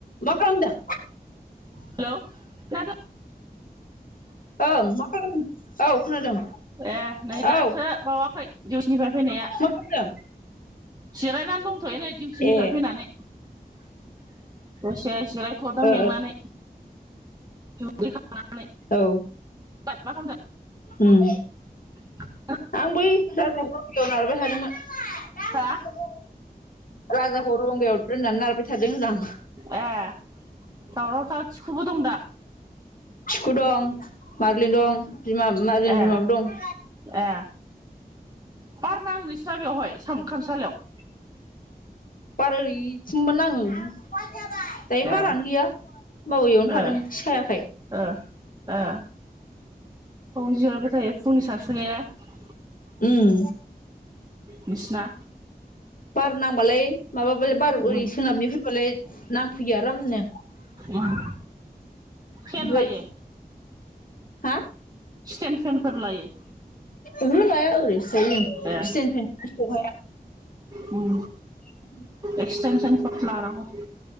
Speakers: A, on the left; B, on the right.
A: मा खालाम दों
B: हेलौ दा
A: ओं मा खालामदों औ खोनादों
B: ए नै दासो
A: औ
B: बावाखै दिउटिनिफ्राय फैनाया
A: मा खालामदों?
B: जिरायनानै दंथ'यो नै डिउटिनिफ्राय
A: ए
B: फैनानै दसे जिरायथदों
A: ओ
B: मेंनानै दुगैखांनानै
A: औ ओम
B: मा
A: ओम
B: <inaudible>
A: आं बै <unintelligible> नारबाय थादोंमोन
B: हा
A: राजाखौ रंगायाव दोननानै नारबाय थादों होनदां
B: ए दावराव थार थिखुबो दंदां
A: थिखु दं मारलिन दं बिमा मारलिन
B: ए
A: बिमाबो दं
B: ए बार नाङो नोंसिना बेवहाय खामसालियाव
A: बारा ओरैथिंबा नाङो दायो बारानो
B: ए
A: गैया होनबाबो इयावनो
B: ओ
A: थादों सायाखाय
B: ओ ओ <unintelligible> थायो फुंनि <unintelligible>
A: उम
B: बिसिना
A: बार नांबालाय माबाबालाय बार
B: उम
A: ओरै सोनाबनि फैबालाय नांफैयो आरामनो
B: ओम फेन
A: ओमफ्राय
B: लायो
A: हा
B: स्टेन फेनफोर लायो
A: ओहो लाया ओरैनोसो थायो
B: ए
A: जों <unintelligible>
B: उम
A: उ <inaudible>
B: एक्सटेनसन कट लानांगौ